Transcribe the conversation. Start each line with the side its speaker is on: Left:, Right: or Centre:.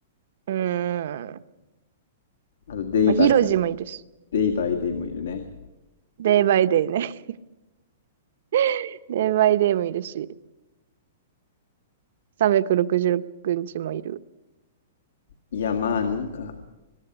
Right: うーん。
Left: あと、デイバイ、
Right: まあ、ヒロジもいるし、
Left: デイバイデイもいるね。
Right: デイバイデイね。<laughs> デイバイデイもいるし、366日もいる。
Left: いや、まあ、なんか、